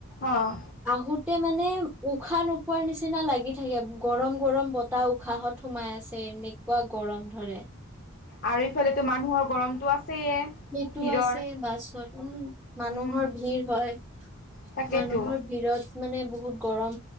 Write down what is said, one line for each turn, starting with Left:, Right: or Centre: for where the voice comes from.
Left: অ',
Centre: আহোত ততে মানে উশাহ নোপোৱাৰ নিচিনা লাগি থাকে গৰম গৰম বতাহ উশাহত সোমাই আছে এনেকুৱা গৰম ধৰে
Left: আৰু এইফালেতো মানুহৰ গৰমতটো আছে য়ে
Centre: সেইটো
Left: ভিৰৰ
Centre: আছে বাছত উম মানুহৰ
Left: উম,
Centre: ভিৰ হয়
Left: তাকেইতো
Centre: মানুহৰ ভিৰত মানে বহুত <inaudible>